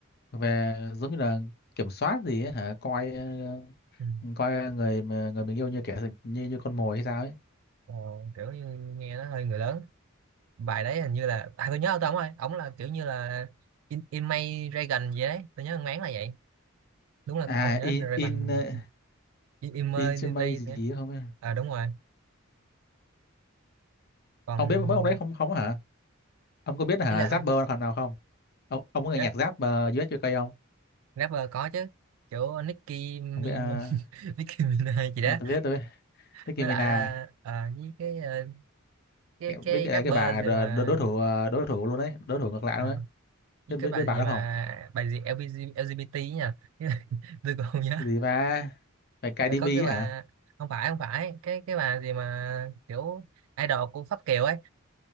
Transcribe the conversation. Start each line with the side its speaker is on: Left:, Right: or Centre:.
Left: về giống như là kiểm soát gì ấy, hả coi ờ,
Right: Ừ.
Left: coi người mà- người mình yêu như kẻ như như con mồi hay sao ấy
Right: Ờ, kiểu như nghe nó hơi người lớn bài đấy hình như là à tôi nhớ ông ta ông ơi ông là kiểu như là in, in May Dragon gì đấy tôi nhớ ông là vậy đúng là
Left: à
Right: ông nhớ
Left: in
Right: Reagan
Left: in ờ,
Right: in, in May
Left: intimate
Right: in May
Left: gì
Right: đấy.
Left: ấy không ấy
Right: à đúng rồi còn
Left: ông biết mấy ông đấy không không hả ông có biết hả
Right: ý là
Left: Zapper phần nào không ông ông có nghe
Right: rap,
Left: nhạc Zap uh, US UK không
Right: rapper có chứ kiểu Nicki Mi-
Left: không biết à,
Right: <laughs> Nicki Minaj gì đó
Left: à tôi biết tôi biết Nicki
Right: với
Left: Minaj
Right: lại à, à, với cái à, cái cái
Left: biết cái,
Right: rapper
Left: cái bà
Right: gì
Left: đ-
Right: mà
Left: đ- đối thủ ờ, đối thủ luôn đấy đối thủ ngược lại
Right: à,
Left: luôn đấy
Right: với
Left: biết, biết,
Right: cái bài
Left: biết bà
Right: gì
Left: đó
Right: mà
Left: không
Right: bài gì LGBT, LGBT nha <laughs> tôi còn không nhớ
Left: Cái gì ba phải Cardi
Right: Ờ, có
Left: B ấy
Right: cái bà
Left: hả
Right: không phải không phải cái cái bà gì mà kiểu idol của Pháp Kiều ấy